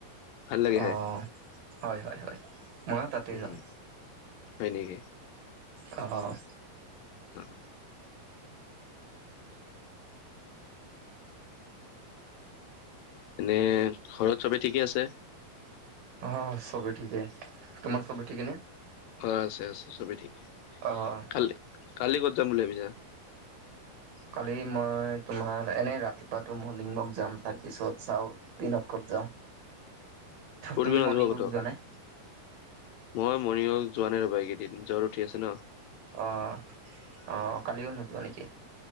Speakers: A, on the left; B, on the right.
A: ভাল লাগে
B: অ',
A: খাই
B: হয় হয় হয়। ময়ো তাতেই
A: উম
B: যাওঁ।
A: হয় নেকি?
B: অ'।
A: অ'। এনে ঘৰত চবেই ঠিকে আছে?
B: অ', চবেই ঠিকে। তোমাৰ চবে ঠিকে নে?
A: হয়, আছে আছে, চবেই ঠিকেই।
B: অহ।
A: কালি কালি ক'ত যাম বুলি ভাবিছা?
B: কালি মই তোমাৰ এনেই ৰাতিপুৱাতো মৰ্ণিং ৱক যাম। তাৰপিছত চাওঁ। দিনত ক'ত যাওঁ।
A: ফৰিব
B: তুমি
A: নোযোৱা
B: মৰ্ণিং
A: ক'তো?
B: ৱক যোৱা নাই?
A: মই মৰ্ণিং ৱাক যোৱা নাই ৰ'বা এইকেইদিন। জ্বৰ উঠি আছে ন।
B: অ', অ', কালিও নোযোৱা নেকি?